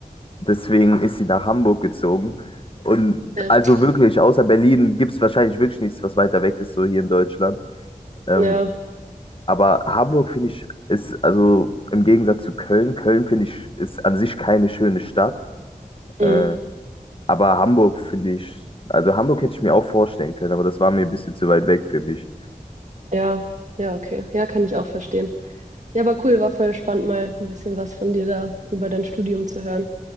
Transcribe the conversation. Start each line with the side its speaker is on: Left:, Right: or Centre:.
Left: Deswegen ist sie nach Hamburg gezogen. Und
Right: Ja.
Left: also wirklich, außer Berlin gibt es wahrscheinlich wirklich nichts, was weiter weg ist, so hier in Deutschland. Ähm,
Right: Ja,
Left: aber Hamburg finde ich, ist also im Gegensatz zu Köln, Köln finde ich, ist an sich keine schöne Stadt.
Right: mhm.
Left: Äh, aber Hamburg finde ich, also Hamburg hätte ich mir auch vorstellen können, aber das war mir ein bisschen zu weit weg für mich.
Right: Ja, ja, okay. Ja, kann ich auch verstehen. Ja, aber cool, war voll spannend, mal ein bisschen was von dir da über dein Studium zu hören.